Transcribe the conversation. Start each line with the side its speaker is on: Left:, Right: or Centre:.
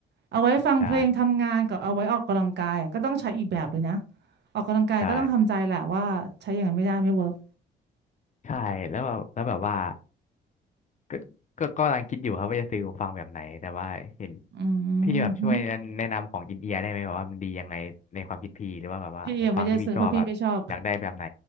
Right: เอาไว้ฟังเพลงทำงานกับเอาไว้ออกกำลังกายก็ต้องใช้อีกแบบเลยนะ
Left: ใช่
Right: ออกกำลังกายก็ต้องทำใจแหละว่าใช้อย่างนั้นไม่ได้ไม่เวิร์ก
Left: ใช่ใช่แล้วแบบแล้วแบบว่า ก็ก็ก็กำลังคิดอยู่ครับว่าจะซื้อหูฟังแบบไหน แต่ว่าเห็น
Right: อื
Left: พี่แบบช่วยแนะนำของอินเอียร์ได้ไหมแบบว่ามันดียังไงในความคิดพี่
Right: มหึ
Left: หรือว่าแบบว่าหูฟังที่พี่ชอบแบบอยากได้แบบไหน
Right: พี่ยังไม่ได้ซื้อเพราะพี่ไม่ชอบ